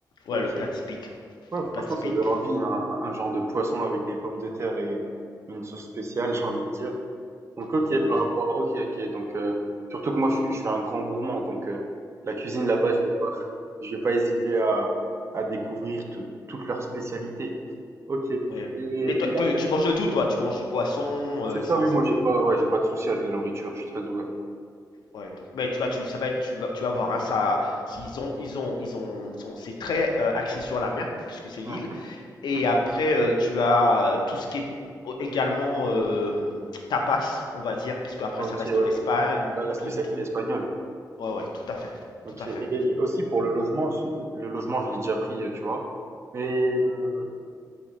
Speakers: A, on the left; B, on the right.
A: Ouais,
B: OK.
A: le plat typique.
B: Ouais,
A: Le plat
B: franchement,
A: typique.
B: ça donne envie, hein, un un genre de poisson avec des pommes de terre et une sauce spéciale, <laughs> j'ai envie de dire. Donc OK,
A: Oui, oui.
B: par rapport à OK, OK, donc heu, surtout que moi, je suis je suis un grand gourmand, donc heu, la cuisine là-bas, je vais pas <laughs> je vais pas hésiter à à découvrir tout toutes leurs spécialités. OK et
A: ouais.
B: et
A: Et toi, toi, tu
B: ah,
A: manges de tout, toi. Tu manges du poisson,
B: c'est
A: euh,
B: ça,
A: sans,
B: oui,
A: sans
B: moi, j'ai
A: problème.
B: pas ouais, j'ai pas de souci avec la nourriture, je suis très ouvert.
A: Ouais, donc, mais tu vas, tu, ça va être, tu vas, tu vas voir, hein, ça, s'ils ont, ils ont, ils ont, sont- c'est très euh, axé sur la mer puisque c'est l'île.
B: Mmh.
A: Et
B: Mmh
A: après,
B: mh.
A: euh, tu as euh, tout ce qui est euh, également euh, tapas, on va dire, parce qu'après
B: OK,
A: ça reste
B: ouais,
A: l'Espagne,
B: ouais, la spécialité
A: tout, tout.
B: espagnole.
A: Ouais, ouais, tout à fait,
B: OK
A: tout à
B: et
A: fait.
B: aussi pour le logement, je le logement, je l'ai déjà pris, heu, tu vois? Mais, mmh,